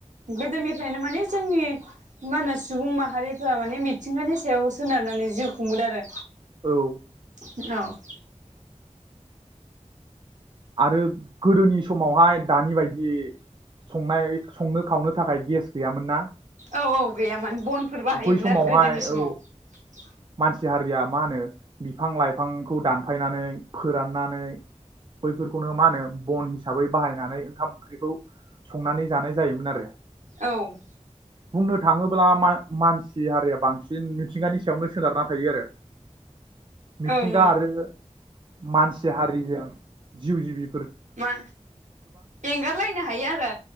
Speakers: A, on the right; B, on the right.
A: गोदोनिफ्रायनो मानि जोंनि मा होनो सुबुं माहारिफोरा माने मिथिंगानि सायाव सोनारनानै जिउ खुंबोदों आरो
B: औ
A: औ <inaudible>
B: आरो गोदोनि समावहाय दानि बायदि इ संनाय संनो खावनो थाखाय गेस गैयामोन ना
A: औ औ गैयामोन बनफोर बाहायोमोन
B: बै समावहाय
A: आरो गोदोनि समाव
B: औ मानसि हारिया मा होनो बिफां लाइफांखौ दानफायनानै फोराननानै बैफोरखौनो मा होनो बन हिसाबै बाहायनानै ओंखाम ओंख्रिखौ संनानै जानाय जायोमोन आरो <inaudible>
A: औ
B: बुंनो थाङोब्ला मान मानसि हारिया बांसिन मिथिंगानि सायावनो सोनारना थायो आरो मिथिंगा
A: ओं
B: आरो मानसि हारिजों जिउ जिबि
A: मा एंगारलायनो हायो आरो